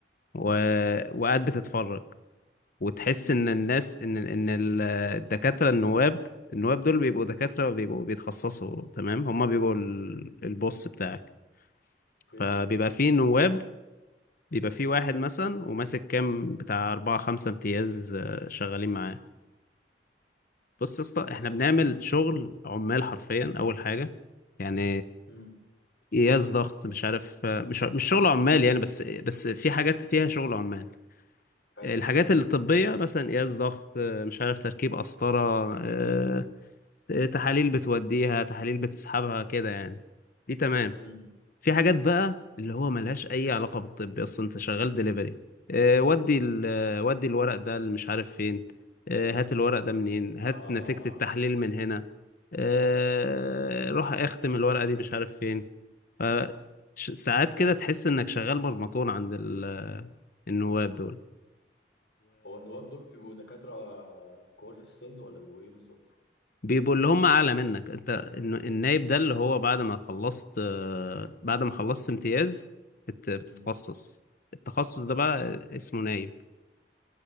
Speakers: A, on the left; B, on the left.
A: و... وقاعد بتتفرج وتحس
B: امم
A: ان الناس ان ان ال- الدكاتره النواب النواب دول بيبقوا دكاتره بيبقوا بيتخصصوا تمام هما بيبقوا ال- البوس بتاعك
B: اوكي
A: فبيبقى فيه نواب بيبقى في واحد مثلا وماسك كام بتاع أربعة خمسة امتياز آه، شغالين معاه بص يا اسطى
B: كويس
A: احنا بنعمل شغل عمال حرفيا أول حاجة يعني
B: امم
A: قياس ضغط مش عارف آه، مش مش شغل عمال يعني بس بس في حاجات فيها شغل عمال
B: حلو
A: الحاجات الطبية مثلا قياس ضغط آه، مش عارف تركيب قسطرة آه، آه، تحاليل بتوديها تحاليل بتسحبها كده يعني دي تمام
B: امم
A: في حاجات بقى اللي هو ملهاش اي علاقه بالطب اصلا انت شغال دليفري اه ودي ال آه، ودي الورق ده اللي مش عارف فين آه، هات الورق ده منين هات
B: اه
A: نتيجه التحليل من هنا آه،
B: اه
A: روح اختم الورقه دي مش عارف فين ف- ش- ساعات كده تحس انك شغال مرمطون عند ال- آه، النواب دول
B: هو النواب دول بيبقوا دكاترة كبار في السن ولا بيبقوا ايه بالظبط؟
A: بيبقوا اللي هم اعلى منك انت الن- النايب ده اللي هو بعد ما خلصت آه، بعد ما خلصت امتياز بت- بتتخصص
B: امم
A: التخصص ده بقى اسمه نايب